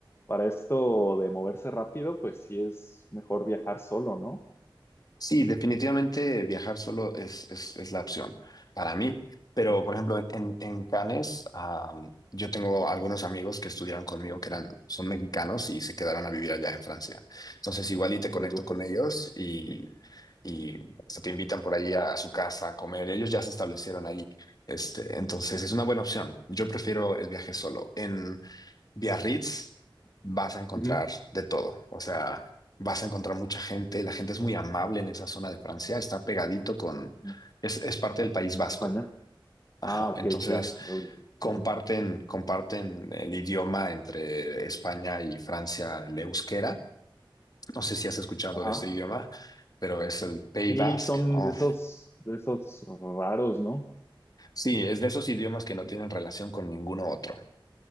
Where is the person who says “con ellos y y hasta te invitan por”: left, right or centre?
Left